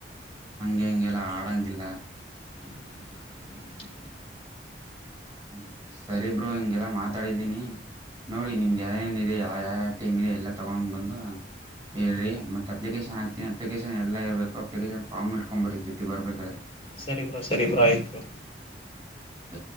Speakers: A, on the right; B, on the left.
A: ಹಂಗೆ ಹಿಂಗೆಲ್ಲ ಆಡಂಗಿಲ್ಲ.
B: <unintelligible>
A: ಹ್ಮ ಸರಿ ಬ್ರೋ ಹಿಂಗೆಲ್ಲ ಮಾತಾಡಿದೀನಿ. ನೋಡಿ ನಿಮ್ಗೆ ಯಾರೇ ಏನ್ ಇದೆ ಯಾವ ಟೀಮ್ ಇದೆ ಎಲ್ಲಾ ತಗೊಂಡ್ ಬಂದು ಹೇಳಿ ಮತ್ತ ಅಪ್ಲಿಕೇಶನ್ ಹಾಕ್ತೀನಿ ಅಪ್ಲಿಕೇಶನ್ ಎಲ್ಲ ಇರ್ಬೇಕು ಅಪ್ಲಿಕೇಶನ್ ಫಾರ್ಮ್ ಇಟ್ಕೊಂಬರ್ಬೆಕು ಬರ್ತತಿರ್ಬೇಕಾದ್ರೆ.
B: ಸರಿ ಬ್ರೋ ಸರಿ ಬ್ರೋ ಆಯ್ತ್ ಬ್ರೊ.
A: ಹ